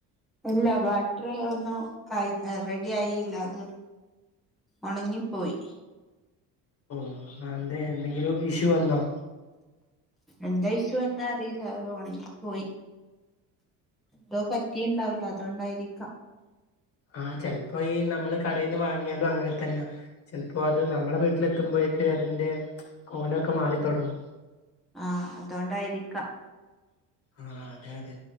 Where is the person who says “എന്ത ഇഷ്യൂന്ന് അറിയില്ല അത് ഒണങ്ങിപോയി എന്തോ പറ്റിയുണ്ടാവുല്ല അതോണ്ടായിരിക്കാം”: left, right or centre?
Centre